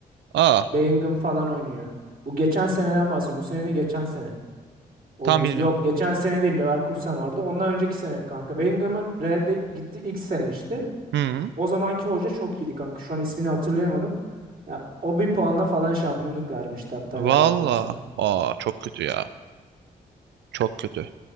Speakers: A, on the right; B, on the right.
A: aa
B: Bellingham falan oynuyor. Bu geçen seneden bahsediyorum. Bu sene de geçen sene. olması.
A: tam bilmiyorum.
B: Yok geçen sene değil Leverkusen vardı. Ondan önceki sene kanka. Bellingham'ın Real'de gitti ilk sene işte.
A: Hmm.
B: O zamanki hoca çok iyiydi kanka. Şu an ismini hatırlayamadım. Ya, o bir puanla falan şampiyonluk vermişti hatta
A: Valla.
B: galiba yanlış hatırlamıyorum.
A: Aa çok kötü ya. Çok kötü.